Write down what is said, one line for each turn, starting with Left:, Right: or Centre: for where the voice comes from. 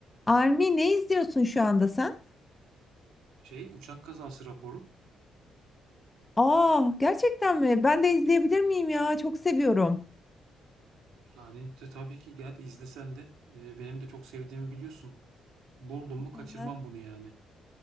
Left: Army ne izliyorsun şu anda sen?
Right: Şey uçak kazası raporu.
Left: Aa, gerçekten mi? Ben de izleyebilir miyim ya? Çok seviyorum.
Right: Yani te- tabii ki gel izlesen de e, benim de çok sevdiğimi biliyorsun. Buldum mu kaçırmam
Left: Aha.
Right: bunu yani.